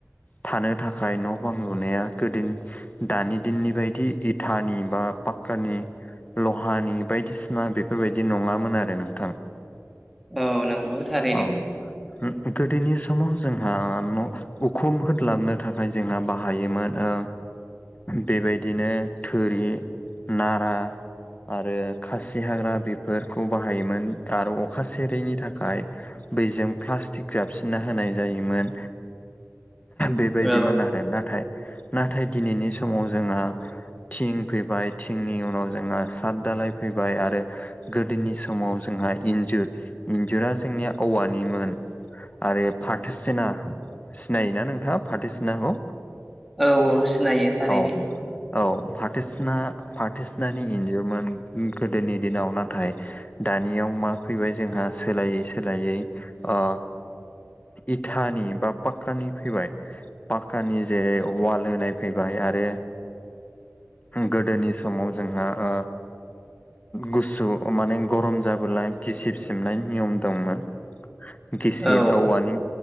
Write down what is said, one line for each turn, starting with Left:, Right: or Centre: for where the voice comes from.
Left: थानो थाखाय न' बां लुनाया गोदोनि दानि दिननि बायदि इथानि बा पाक्कानि लहानि बायदिसिना बेफोरबायदि नङामोन आरो नोंथां।
Centre: औ नोंगौ थारैनो।
Left: औ गोदोनि समाव जोंहा न' उखुम होद्लाबनो थाखाय जोंहा बाहायोमोन ओ बेबायदिनो थुरि नारा आरो खासि हाग्रा बेफोरखौ बाहायोमोन आरो अखा सेरैनि थाखाय बैजों प्लास्टिक जाबसिनना होनाय जायोमोन। बेबायदिमोन
Centre: औ
Left: आरो नाथाय नाथाय दिनैनि समाव जोंहा थिं फैबाय थिंनि उनाव जोंहा सात दालाय फैबाय आरो गोदोनि समाव जोंहा इन्जुर इन्जुरा जोंनिया औवानिमोन। आरो फाथो सिना सिनायोना नोंथाङा फाथो सिनाखौ?
Centre: औ औ सिनायो
Left: औ
Centre: थारैनो।
Left: औ पाथोसिना फाथोसिनानि एन्जुरमोन। गोदोनि दिनाव नाथाय दानियाव मा फैबाय जोंहा सोलायै सोलायै अ इटानि बा पाक्कानि फैबाय। पाक्कानि जेरै वाल होनाय फैबाय आरो गोदोनि समाव जोंहा ओ गुसु माने गरम जाबोला गिसिब सिबनाय नियम दंमोन गिसिब
Centre: औ
Left: औवानि